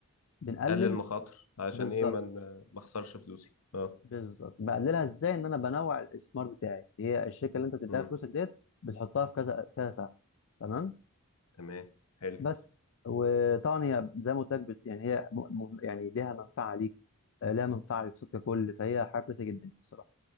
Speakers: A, on the left; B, on the left.
A: بنقلل
B: تقلل المخاطر عشان
A: بالظبط
B: ايه ما ما اخسرش فلوسي اه
A: بالظبط بقللها ازاي ان انا بنوع الاستثمار بتاعي هي الشركه اللي انت بتديها
B: مم.
A: فلوسك ديت بتحطها في كذا في كذا سهم تمام
B: تمام حلو
A: بس وطبعا هي زي ما قلت لك بت... يعني هي م... م... يعني ليها منفعه ليك آه، ليها منفعه للصوت ككل فهي حاجه كويسه جدا يعني الصراحه